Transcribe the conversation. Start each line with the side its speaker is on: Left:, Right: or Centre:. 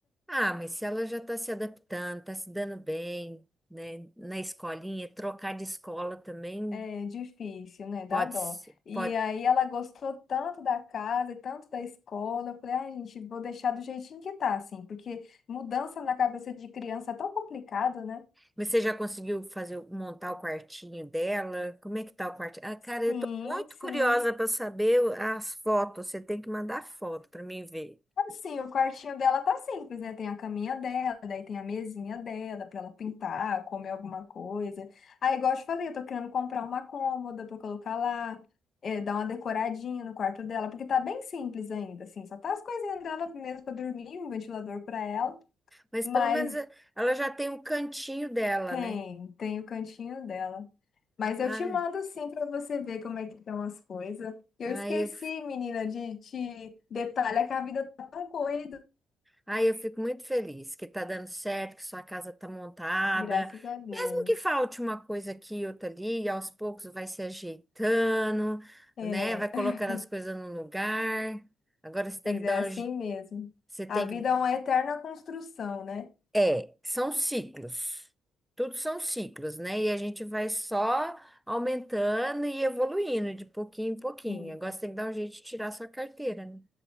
Centre: Ah, mas se ela já tá se adaptando, tá se dando bem, né, na escolinha, trocar de escola também
Left: É difícil, né? Dá
Centre: pode,
Left: dó.
Centre: se-
Left: E
Centre: pode.
Left: aí ela gostou tanto da casa e tanto da escola. Eu falei, ai, gente, vou deixar do jeitinho que tá, assim, porque mudança na cabeça de criança é tão complicado, né?
Centre: Mas você já conseguiu fazer montar o quartinho dela? Como é que tá o quartinho? Ah, cara,
Left: Sim,
Centre: eu tô muito
Left: sim.
Centre: curiosa para saber o- as fotos. Você tem que mandar foto para mim ver.
Left: Assim, o quartinho dela tá simples, né? Tem a caminha dela, daí tem a mesinha dela pra ela pintar, comer alguma coisa. Aí, igual eu te falei, eu tô querendo comprar uma cômoda pra colocar lá, eh, dar uma decoradinha no quarto dela, porque tá bem simples ainda, assim, só tá as coisinhas dela mesmo pra dormir, um ventilador pra ela,
Centre: Mas
Left: mas
Centre: pelo menos eh, ela já tem um cantinho dela,
Left: tem,
Centre: né?
Left: tem o cantinho dela. Mas
Centre: Ah,
Left: eu te mando sim pra você ver como é que estão as coisas. Eu
Centre: aí
Left: esqueci, menina, de te detalhar que a vida tá tão corrida.
Centre: Ai, eu fico muito feliz que tá dando certo, que sua casa tá montada.
Left: Graças a Deus.
Centre: Mesmo que falte uma coisa aqui e outra ali, e aos poucos vai se ajeitando,
Left: É,
Centre: né? Vai colocando
Left: <laughs>
Centre: as coisas no lugar. Agora você tem
Left: mas
Centre: que dar
Left: é assim
Centre: um... je-
Left: mesmo.
Centre: Você tem
Left: A vida
Centre: que...
Left: é uma eterna construção, né?
Centre: É, são ciclos. Tudo são ciclos, né? E a gente vai só aumentando e evoluindo de pouquinho em pouquinho.
Left: Sim.
Centre: Agora você tem que dar um jeito de tirar sua carteira, né?